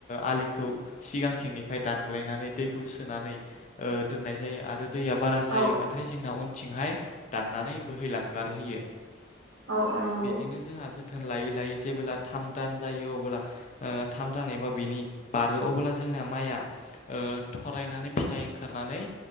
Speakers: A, on the left; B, on the right.
A: आलिखौ सिगांथिंनिफ्राय दानग्लायनानै दैखौ होनानै दोननाय जायो आरो दैया बारा जायोबाथाय
B: औ
A: जोंना उनथिंहाय दाननानै बोहैलांगार हैयो
B: औ औ नंगौ
A: बिदिनो जोंहा जोथोन लायै -लायै जेबोलाथाम दान जायो अब्ला ओ थाम दान एबा बिनि बारो अबोब्ला जोंना माइया ओ थरायनानै फिथाइ ओंखारनानै